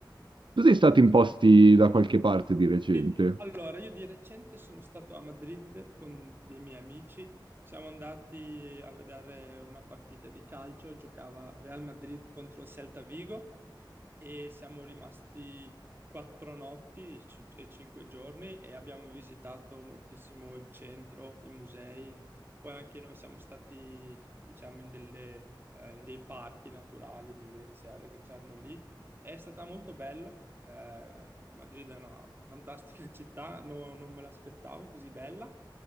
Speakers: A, on the right; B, on the right.
A: Tu sei stato in posti da qualche parte di recente?
B: Sì, Allora, io di recente sono stato a Madrid con dei miei amici. Siamo andati a vedere una partita di calcio, giocava Real Madrid contro il Celta Vigo e siamo rimasti quattro notti e ci- e cinque giorni e abbiamo visitato moltissimo il centro, i musei. Poi anche noi siamo stati, diciamo, in delle, eh, in dei parchi naturali, delle riserve che c'erano lì è stata molto bello. eh, Madrid è una fantastica città, no- non me l'aspettavo così bella.